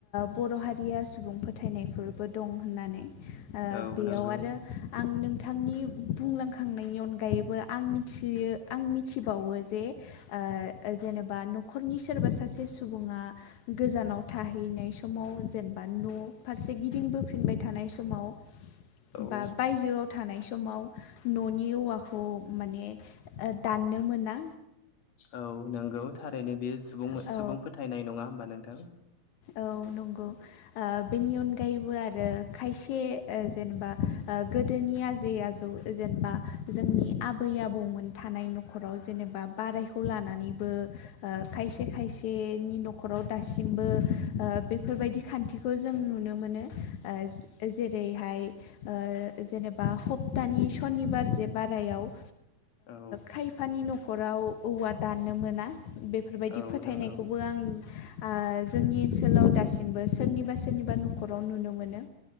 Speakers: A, on the left; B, on the left.
A: बर' हारिया सुबुं फोथायनायफोरबो दं होननानै ओ
B: औ
A: बेयाव
B: नंगौ
A: आरो आं नों थांनि बुंलांखांनायनि अनगायैबो आं मिथियो आं मिथिबावो जे ओ जेनेबा न'खरनि सोरबा सासे सुबुङा गोजानाव थाहैनाय समाव जेन बा न' फारसे गिदिंबोफिनबाय थानाय समाव बा
B: औ
A: बायजोआव थानाय समाव न'नि औवाखौ माने ओ दाननो मोना
B: औ नोंगौ थारैनो बेयो सुबुं
A: औ
B: सुबुं फोथायनाय नङा होमबा नोंथां?
A: औ नंगौ ओ बेनि अनगायैबो आरो खायसे ओ जेनेबा ओ गोदोनि आजै आजौ जेनबा जोंनि आबै आबौमोन थानाय न'खराव जेनेबा बारायखौ लानानैबो ओ खायस खायसेनि न'खराव दासिमबो ओ बेफोरबायदि खान्थिखौ जों नुनो मोनो। ओज जेरैहाय ओ जेनेबा हप्तानि सनिबार जे बाराय याव ओ
B: औ
A: खायफानि न'खराव औवा दाननो मोना बेफोरबायदि
B: औ
A: फोथायनायखौबो
B: नंगौ
A: आं आ जोंनि ओनसोलाव दासिमबो सोरनिबा सोरनिबा न'खराव नुनो मोनो।